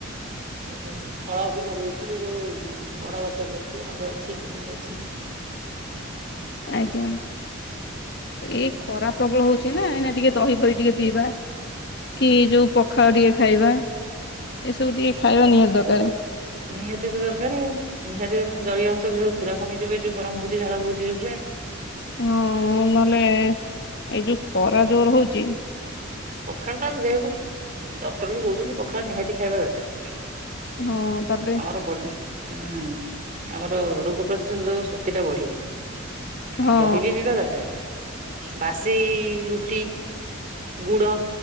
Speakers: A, on the right; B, on the left.
A: ଉଁ ଫଳ ବି ଲଗେଇଚି ଯୋଉ ବଡ ଗଛ ବି ଅଛି ଆମ୍ବ ଅଛି ପିଜୁଳି ଅଛି।
B: ଆଜ୍ଞା ଏଇ ଖରା ପ୍ରବଳ ହଉଚି ନା ଏଇନା ଟିକେ ଦହି ପହି ଟିକେ ପିଇବା। କି ଯୋଉ ପଖାଳ ଟିକେ ଖାଇବା ଏସବୁ ଟିକେ ଖାଇବା ନିହାତି ଦରକାରେ।
A: ନିହାତି ତ ଦରକାର ଆଉ ନିହାତିର ଜଳୀୟ ଅଂଶ ଯେୁ ପୁରା କମିଯିବ ଯୋଉ ଗରମ ହଉଛି ଝାଳ ବହୁଛି ଯୋଉ ଭଳିଆ।
B: ହଁ ନଲେ ଏଇ ଯୋଉ ଖରା ଜୋର ହଉଚି
A: ପଖାଳ ଟା ଆମେ ଦେହକୁ ଡକ୍ଟର ବି କହୁଛନ୍ତି ପଖାଳ ନିହାତି ଖାଇବା ଦରକାର।
B: ହଁ ତାପରେ
A: ଆମର ବଡ ହୁଁ ଆମର ରୋଗ ପ୍ରତିଶୋଧକ ଶକ୍ତି ଟା ବଢିବ ଆଉ
B: ହଁ
A: ଦହି ବି ପିଇିବା ଦରକାର। ବାସି ରୁଟି ଗୁଡ